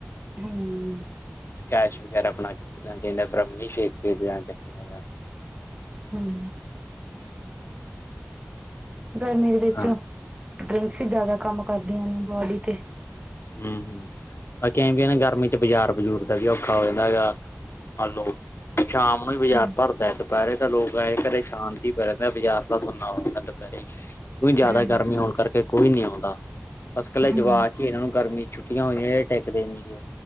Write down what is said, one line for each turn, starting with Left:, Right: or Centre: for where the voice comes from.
Right: ਹਮ।
Left: ਸਕੈਸ਼ ਵਗੈਰਾ ਬਣਾ ਕੇ ਪੀਣਾ ਚਾਈਦਾ, ਬ੍ਰਮੀ ਸ਼ੇਕ ਹੈ।
Right: ਹਮ, ਗਰਮੀ ਦੇ ਵਿੱਚ
Left: ਹਾਂ,
Right: ਡਰਿੰਕਸ ਹੀ ਜ਼ਿਆਦਾ ਕੰਮ ਕਰਦੀਆਂ ਨੇ, ਬੋਡੀ ਤੇ
Left: ਹਮ ਹਮ, ਬਾਕੀ ਵੀ ਇਹ ਨਾ ਗਰਮੀ 'ਚ ਬਾਜ਼ਾਰ ਬਜ਼ੂਰ ਦਾ ਵੀ ਔਖਾ ਹੋ ਜਾਂਦਾ ਹੈਗਾ। ਮੰਨ ਲੋ ਸ਼ਾਮ ਨੂੰ ਹੀ ਬਾਜ਼ਾਰ
Right: ਹਮ
Left: ਭਰਦਾ ਹੈ, ਦੁਪਹਿਰੇ ਤਾਂ ਲੋਕ ਐਂ ਘਰੇ ਸ਼ਾਂਤੀ ਹੀ ਪ ਰਹਿੰਦੇ ਆ, ਬਾਜ਼ਾਰ ਸੁੰਨਾ ਹੁੰਦਾ ਦੁਪਹਿਰੇ, ਕੋਈ ਜਿਆਦਾ
Right: ਹਮ
Left: ਗਰਮੀ ਹੋਣ ਕਰਕੇ ਕੋਈ ਨੀ ਆਉਂਦਾ। ਬਸ ਇਕੱਲੇ
Right: ਹਮ
Left: ਜਵਾਕ ਕੇ ਇਹਨਾਂ ਨੂੰ ਗਰਮੀ 'ਚ ਛੁੱਟ ਹੋਈਆਂ ਟੈਕ ਦੇਣੀ ਨੀ ਗਏ,